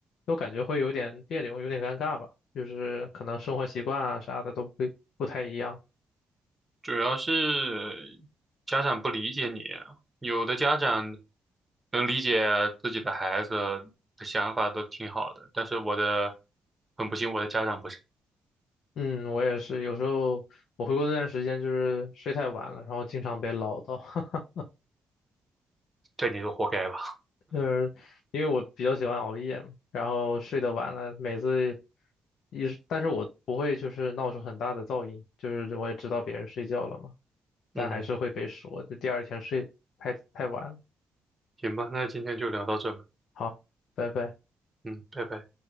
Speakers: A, on the left; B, on the right.
A: 就感觉会有点别扭，有点尴尬吧，就是可能生活习惯啊啥的都不不太一样。
B: 主要是家长不理解你，有的家长能理解自己的孩子的想法都挺好的，但是我的很不幸，我的家长不是，
A: 嗯，我也是，有时候我回国那段时间就是睡太晚了，然后经常被唠叨，<laughs>
B: 这你就活该吧。
A: 就是因为我比较喜欢熬夜嘛，然后睡得晚了，每次一，但是我不会就是闹出很大的噪音，就是我也知道别人睡觉了嘛。但还是会被说，
B: 嗯，
A: 就第二天睡太太晚了。
B: 行吧，那今天就聊到这吧。
A: 好，拜拜。
B: 嗯，拜拜。